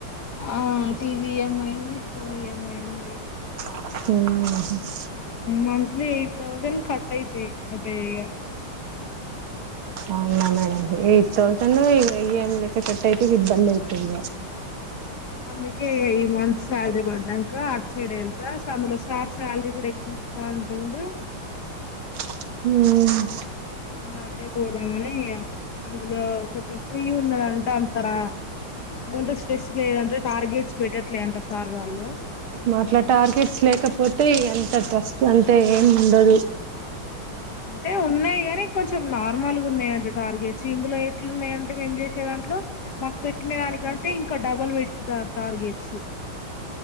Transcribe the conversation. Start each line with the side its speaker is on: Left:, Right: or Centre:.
Left: ఆ టీవీ ఈ ఎం ఐ ఉంది ఫోన్ ఈఎంఐ ఉంది
Right: హ
Left: మంత్లీ ఎయిట్ థౌసండ్ కట్ అయితయి అటేఇగ
Right: అవునా మేడం ఎయిట్ తౌసండ్ ఇగ ఈఎంఐ కట్ అయితే ఇబ్బంది అయితది ఇగ
Left: అందుకే ఈ మంత్ సాలరీ పడ్డంకా అట్ సైడు వెళ్తా అందులో సార్ సాలరీ కూడా ఎక్కువ ఇస్తా అంటండు
Right: హు
Left: అట్టే పోదాం అని అందులో కొంచెం ఫ్రీ ఉన్నదంట అంతర ఏమంటే స్ట్రెస్ లేదంట టార్గెట్స్ పెట్టట్లే అంట సార్ వాళ్ళు
Right: మా అట్ల టార్గెట్స్ లేకపోతే ఎంత ట్రస్ట్ అంత ఏం ఉండదు
Left: అంటె ఉన్నాయి కాని కొంచెం నార్మల్ గా ఉన్నాయండి టార్గెట్స్ ఇందులో ఎట్లున్నాయంటె మేం చేసే దాంట్లో నాకు పెట్టిన దానికంటె ఇం క డబల్ పెట్టుతారు టార్గెట్స్